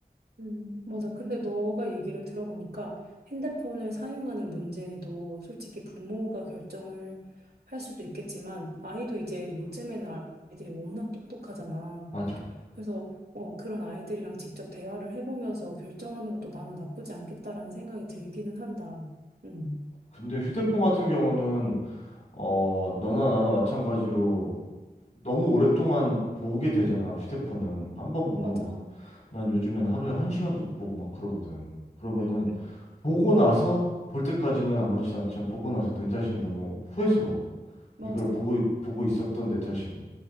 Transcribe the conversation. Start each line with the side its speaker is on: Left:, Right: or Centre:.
Right: 음, 맞아. 근데 너가 얘기를 들어보니까 핸드폰을 사용하는 문제도 솔직히 부모가 결정을 할 수도 있겠지만 아이도 이제 요즘에는 아이들이 워낙 똑똑하잖아.
Left: 맞아.
Right: 그래서 어, 그런 아이들이랑 직접 대화를 해보면서 결정하는 것도 나는 나쁘지 않겠다라는 생각이 들기는 한다. 음,
Left: 근데 휴대폰 같은 경우는, 어, 너나 나나 마찬가지로 너무 오랫동안 보게 되잖아, 휴대폰은. 한 번 보면
Right: 맞아.
Left: 막, 난 요즘엔 하루에 한 시간도 보고 막 그러거든. 그러면은,
Right: 음,
Left: 보고 나서, 볼 때까지는 아무렇지도 않지만, 보고 나서 내 자신이 너무 후회스러워.
Right: 맞아.
Left: 이걸 보고, 있- 보고 있었던 내 자신이.